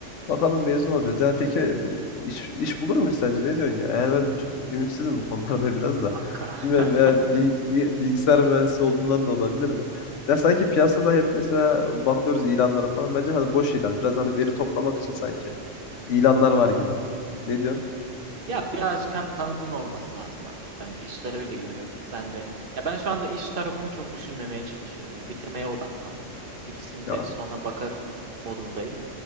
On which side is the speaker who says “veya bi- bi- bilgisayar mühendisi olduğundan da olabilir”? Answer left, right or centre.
Left